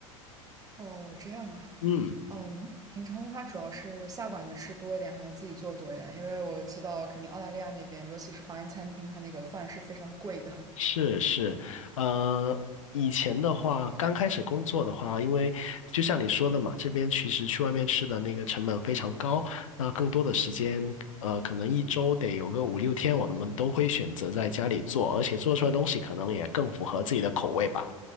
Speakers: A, on the right; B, on the left.
A: <laughs> 哦，这样啊。
B: 嗯，
A: 嗯，那你平常的话，主要是下馆子吃多一点，还是自己做多一点？因为我知道，肯定澳大利亚那边，尤其是华人餐厅，它那个饭是非常贵的。
B: 是是，呃，以前的话，刚开始工作的话，因为就像你说的嘛，这边其实去外面吃的那个成本非常高，那更多的时间，呃，可能一周得有个五六天，我们都会选择在家里做，而且做出来的东西可能也更符合自己的口味吧。